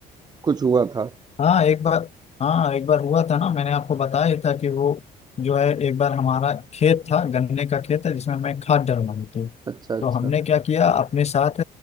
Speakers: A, on the right; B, on the left.
A: कुछ हुआ था।
B: हाँ एक बार हाँ एक बार हुआ था ना मैंने आपको बताया ही था कि वो जो है एक बार हमारा खेत था गन्ने का खेत है जिसमें मैं खाद डलवानी थी तो
A: अच्छा, अच्छा।
B: हमने क्या किया अपने साथ